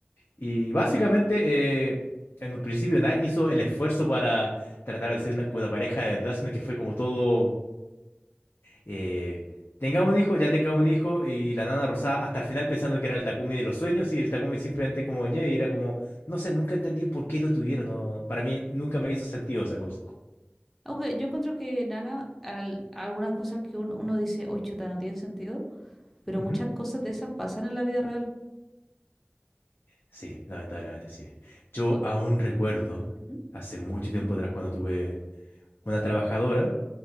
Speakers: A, on the left; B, in the centre.
A: Y básicamente, eh, en un principio nadie hizo el esfuerzo para tratar de ser una, una pareja de verdad, sino que fue como todo, eh, tengamos un hijo, ya tengamos un hijo, y la nana rosada hasta el final pensando que era el Takumi de los sueños, y el Takumi simplemente como ñe, y era como, no sé, nunca entendí por qué lo tuvieron, no, para mí nunca me hizo sentido esa cosa.
B: Aunque yo encuentro que Nana, al- algunas cosas que uno, uno dice, oye, chuta, no tienen sentido, pero
A: Ujú.
B: muchas cosas de esas pasan en la vida real.
A: Sí, lamentablemente sí. Yo
B: O-
A: aún recuerdo,
B: ujú,
A: hace mucho
B: ujú,
A: tiempo atrás, cuando tuve una trabajadora